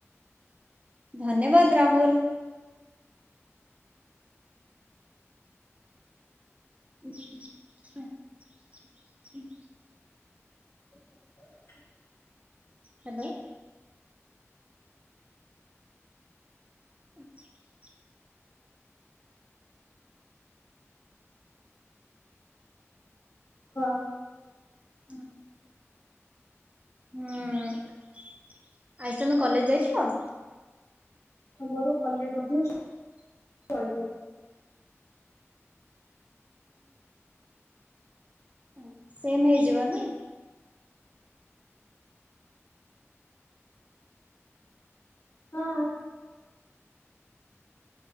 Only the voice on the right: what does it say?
ଧନ୍ୟବାଦ ରାହୁଲ। <inaudible>
ହ୍ୟାଲୋ। <inaudible>
ହଁ। ହୁଁ ଆଜି ତମେ କଲେଜ ଯାଇଥିଲ?
ହଉଁ ସେମ ହେଇଯିବ ନା।